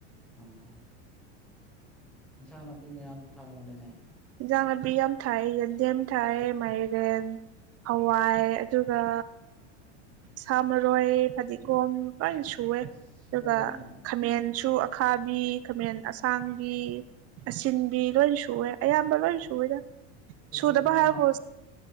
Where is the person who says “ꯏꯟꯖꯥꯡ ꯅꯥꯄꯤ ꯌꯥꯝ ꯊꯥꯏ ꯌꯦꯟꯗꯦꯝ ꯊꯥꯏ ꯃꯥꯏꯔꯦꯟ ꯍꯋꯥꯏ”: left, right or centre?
Right